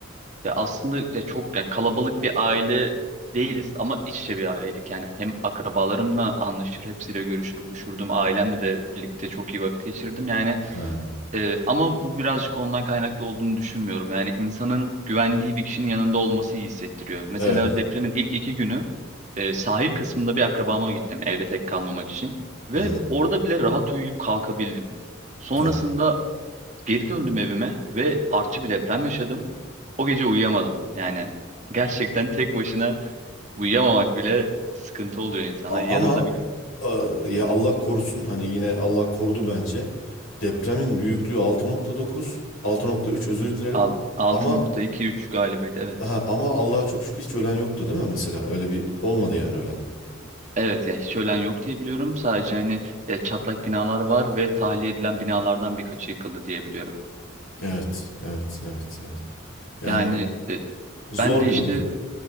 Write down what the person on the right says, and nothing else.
Ya aslında ya çok yani kalabalık bir aile değiliz ama iç içe bir aileydik yani. Hem akrabalarımla anlaşır, hepsiyle görüşür, buluşurdum. Ailemle de birlikte çok iyi vakit geçirdim. Yani
Ee, ama bu birazcık ondan kaynaklı olduğunu düşünmüyorum. Yani insanın güvendiği bir kişinin yanında olması iyi hissettiriyor. Mesela
depremin ilk iki günü e, sahil kısmında bir akrabama gittim evde tek kalmamak için. Ve
orada bile rahat uyuyup kalkabildim. Sonrasında
geri döndüm evime ve artçı bir deprem yaşadım. O gece uyuyamadım. Yani gerçekten tek başına uyuyamamak bile sıkıntı oluyor insana.
Yanında
bir
al- altı
nokta iki üç galiba evet.
Evet yani hiç ölen yok diye biliyorum. Sadece hani e, çatlak binalar var ve tahliye edilen binalardan birkaçı yıkıldı diye biliyorum.
Yani e,
ben de
işte